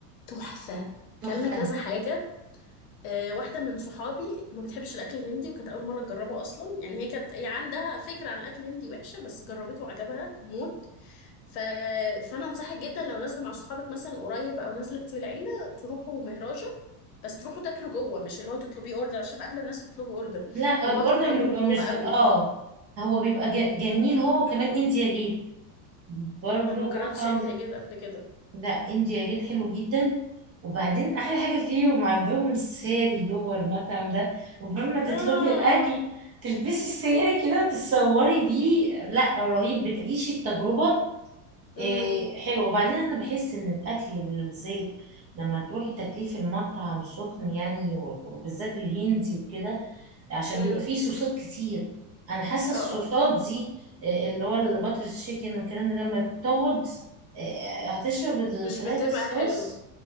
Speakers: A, on the left; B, on the right.
A: تحفه
B: تحفة
A: كلنا كذا حاجه آه، واحدة من صحابي ما بتحبش الأكل الهندي وكانت أول مرة تجربه أصلا يعني هي كانت هي عندها فكرة عن الأكل الهندي وحشة بس جربته وعجبها موت ف... فأنا أنصحك جدا لو نازلة مع صحابك مثلا قريب أو نازلة أنت والعيلة تروحوا مهراجة بس تروحوا تاكلوا جوه مش اللي هو تطلبيه أوردر عشان أغلب الناس تطلبوا أوردر
B: لا
A: المطعم
B: الاوردر
A: حلو
B: بيبقى
A: من جوه
B: مش زي-
A: قوي
B: اه هو بيبقى ج- جميل هو كمان انديا جيت برضو
A: أنا ما جربتش
B: مطعم
A: إنديا جيت قبل كده
B: لا انديا جيت حلو جدا وبعدين احلى حاجة فيهم عندهم الساري جوه المطعم ده وقبل ما تطلبي
A: آه
B: الاكل تلبسي الساري كده وتتصوري بيه لا رهيب بتعيشي التجربة
A: امم
B: إيه حلو وبعدين انا بحس ان الاكل بالزيت لما تروحي تاكليه في المطعم سخن يعني و- وبالذات الهندي وكده عشان
A: امم
B: بيبقى فيه صوصات كتير انا حاسه
A: اه
B: الصوصات
A: اه
B: دي إيه، اللي هو الباتر تشيكن والكلام ده لما تقعد إيه، هتشرب الفراخ
A: مش بتبقى
B: الصوص
A: حلوة